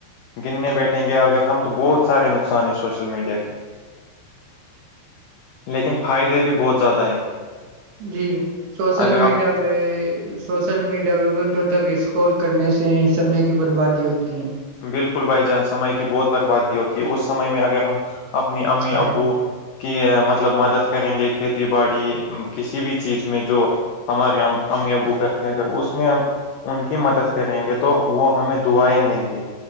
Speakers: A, on the left; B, on the right.
A: گننے بیٹھیں گے آگگر ہم تو بہت سارے نقصان ہیں سوشل میڈیا کے لیکن فائدے بھی بہت زیادہ ہیں
B: جی سوشل
A: اگر
B: میڈیا
A: آپ
B: پہ سوشل میڈیا گھنٹوں تک اسکول کرنے سے سمے کی بربادی ہوتی ہیں
A: بالکل بھائی جان سمے کی بہت بربادی ہوتی اس سمے میں اگر ہم اپنی امی
B: کائن
A: ابو کی مطلب مدد کریں گے کھیتی باڑی کسی بھی چیز میں جو ہمار ہم ابو کاختے ہیں کر اس میں ہم ان کی مدد کریں گے تو وہ ہمیں دعائیں دیں گے